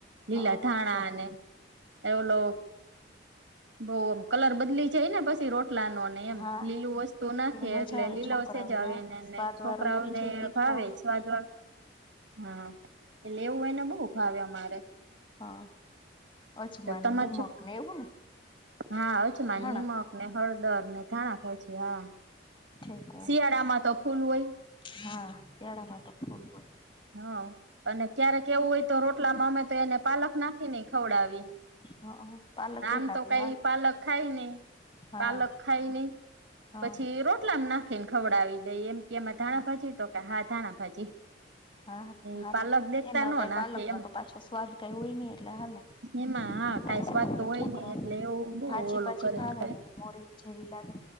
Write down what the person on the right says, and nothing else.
લીલા
થાણા
ને એ ઓલો બઉમ કલર બદલી જાય ને પછી રોટલા નો ને એમ
લીલું વસ્તુ નાખે
એટલે
લીલાશેજ
આવે
ને છોકરાઓને
ભાવેજ. સ્વાદ વા હા એટલે એવું એને બહુ ભાવે અમારે.
તો તમારે
છો
હા આવે છે માની
માં ને હળદર ને ધાણા ખાય છે હા
શિયાળામાં તો ફૂલ હોય.
હા અને ક્યારેક એવું હોય તો રોટલામાં અમે તો એને પાલક નાખી ને ખવડાવી.
આમ
તો કઈ
પાલક ખાય નહી
પાલક ખાય નહી.
પછી રોટલામાં નાખીને ખવડાવી દઈ એમ કે એમાં ધાણા
ભાજી તો કે હા ધાણા ભાજી.
એ
પાલક દેખતા
ન
નાખે
એમ
એમાં હા
કઈ સ્વાદ
તો હોય
નહ એટલે એવું બહ
ઓલું
કરીને
કરે